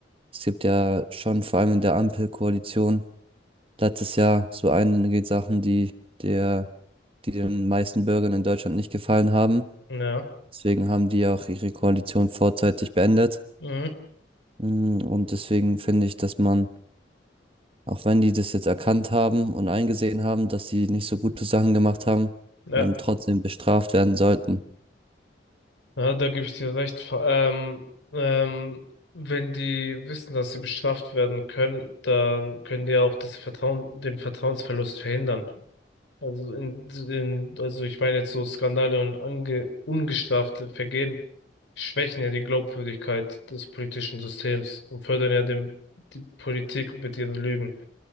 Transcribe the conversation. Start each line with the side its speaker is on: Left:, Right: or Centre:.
Right: Es gibt ja schon vor allem in der Ampelkoalition letztes Jahr so einige Sachen, die der, die den meisten Bürgern in Deutschland nicht gefallen haben.
Left: Ja.
Right: Deswegen haben die auch ihre Koalition vorzeitig beendet.
Left: Mhm.
Right: Mm, Und deswegen finde ich, dass man Auch wenn die das jetzt erkannt haben und eingesehen haben, dass sie nicht so gute Sachen gemacht haben,
Left: Ja.
Right: ähm, trotzdem bestraft werden sollten.
Left: Ja, da gebe ich dir recht. Vor allem, ähm, wenn die wissen, dass sie bestraft werden können, dann können die auch das Vertrauen, den Vertrauensverlust verhindern. Also in, in, also ich meine jetzt so Skandale und ange, ungestrafte Vergehen schwächen ja die Glaubwürdigkeit des politischen Systems und fördern ja den, die Politik mit ihren Lügen.